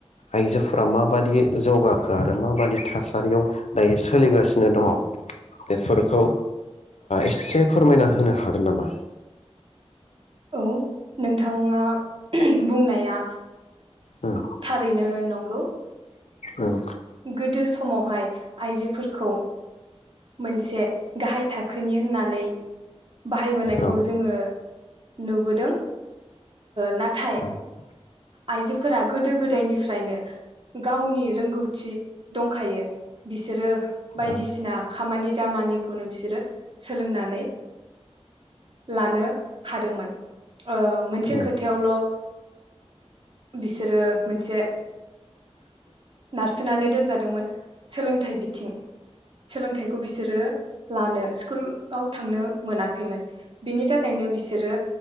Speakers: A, on the left (about 90°); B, on the right (about 50°).
A: आइजोफोरा माबादि जौगाखो आरो माबादि थासारियाव दायो सोलिगासिनो दङ बेफोरखौ एसे फोरमायना होनो हागोन नामा
B: औ नोंथाङा बुंनाया
A: उम
B: थारैनो नंगौ
A: उम
B: गोदो ओ समावहाय आइजोफोरखौ मोनसे गाहाय थाखोनि होननानै बाहायबोनायखौ
A: औ
B: जोङो नुबोदों नाथाय
A: औ
B: आइजोफोरा गोदो गोदायनिफ्रायनो गावनि रोंगौथि दंखायो बिसोरो बायदिसिना
A: औ
B: खामानि दामानिखौनो बिसोरो सोलोंनानै लानो हादोंमोन ओ मोनसे
A: उम
B: खोथायावल' <unintelligible> सोरो मोनसे नारसोनानै दोनजादोंमोन सोलोंथाइ बिथिं सोलोंथाइखौ बिसोरो लानो स्कुलाव आव थांनो मोनाखैमोन बिनि थाख खायनो बिसोरो